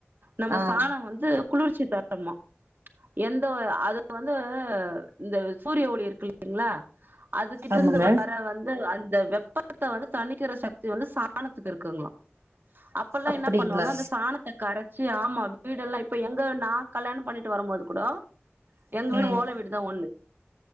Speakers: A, on the right; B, on the right.
A: நம்ம
B: ஆ
A: சாண வந்து குளிர்ச்சி தரும எந்த அது வந்து இந்த சூரிய ஒளி இருக்கு இல்லைங்களா அதுகிட்ட
B: ஆமாங்க
A: இருந்து வர வந்து அந் த வெப்பத் த தணிக்கிற சக்தி வந்து சாணத்துக்கு இருக்குங்களா அப்பல்லா
B: அப்டிங்களா
A: என்ன பண்ணுவாங்க அந்த சாணத்தக் கரச் ச்சி ஆமா வீடெல்லா இப்ப எங்க நா கல்யாண பண்ணி ட்டு வரம்போது குடோ
B: ம்
A: எங்க வீடு ஓல வீடுதா ஒண்ணு